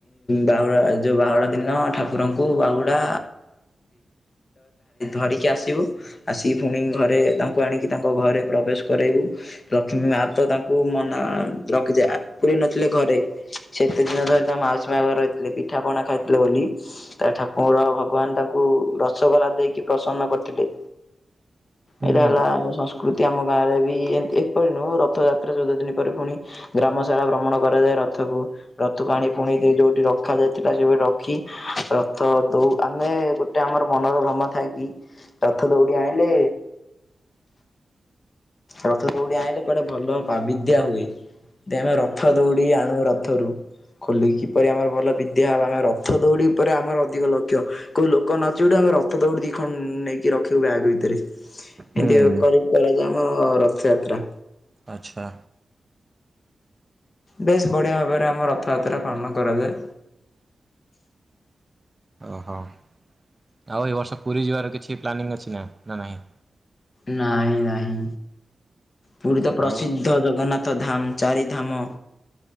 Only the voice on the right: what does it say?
ହୁଁ
ହୁଁ
ଆଚ୍ଛା।
ଓହୋ ଆଉ ଏ ବର୍ଷ ପୁରୀ ଯିବାର କିଛି ପ୍ଲାନିଂ ଅଛି ନା ନା ନାହିଁ।
ଆଉ